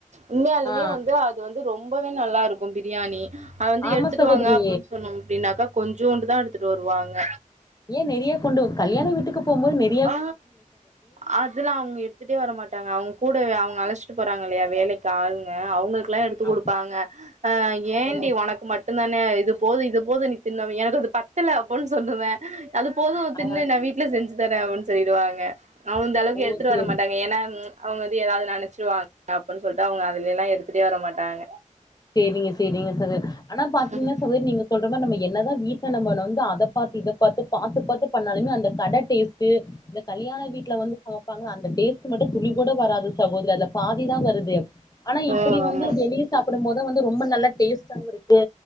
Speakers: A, on the right; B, on the left.
A: உண்மையாலுமே
B: ஆ
A: வந்து அது வந்து ரொம்பவே நல்லா இருக்கு பிரியாணி அது வந்து
B: ஆமா
A: எடுத்துட்டு
B: சகோதரி
A: வாங்க அப்டின் சொன்னோ அப்டின்னாக்க கொஞ்சோண்டுதா எடுத்துட்டு வருவாங்க
B: ஏ நெறையா கொண்டு கல்யாண வீட்டுக்கு போம்போது நெ
A: ஆ அ தெல்லா அவங்க எடுத்துட்டே வர மாட்டாங்க அவங்க கூட அவங்க அழச்சிட்டு போறாங்க இல்லையா வேலக்கி ஆளுங்க அவங்களுக் லா எடுத்து
B: ஆ
A: குடுப்பாங்க ஆ ஏண்டி
B: ஓ
A: ஒனக்கு மட் டுந்தான இது போது இது போது நீ தின்னு அப்பி எனக்கு அது பத்தல அப்போன்னு சொல்லுவே அது போது தின்னு
B: ஆ
A: நா வீட்ல செஞ்சு தரே அப்டினு சொல்லிடுவாங்க அந்த அளவுக்கு
B: ஓ
A: எடுத்துட்டு
B: சேரி
A: வர மாட்டாங்க ஏன்னா ம் அவங்க வந்து ஏதாவது நெனைச்சிருவாங்க அப்டின்னு சொல்ட்டு அவங்க அதுல எல்லா எடுத்துட்டே வர மாட்டாங்க
B: சேரிங்க சேரிங்க சகோதரி ஆனா பாத்தீங்ன்னா
A: ம்
B: சகோதரி நீங்க சொல்ற மாரி நம்ம என்னதா வீட்ல நம்மல்லா வந்து அத பாத்து இத பாத்து பாத்து பாத்து பண்ணாலுமே அந்த கட டேஸ்ட்டு இந்த கல்யாண வீட்ல வந்து சமைப்பாங்க அந்த டேஸ்ட்டு மட்டு துளி கூட வராது சகோதரி அதுல பாதிதா வருது ஆனா
A: ஆ
B: இப்பிடி
A: ஆமா
B: வந்து வெளிய சாப்புடும்போதுதா வந்து ரொம்ப நல்ல டேஸ்டாவு இருக்கு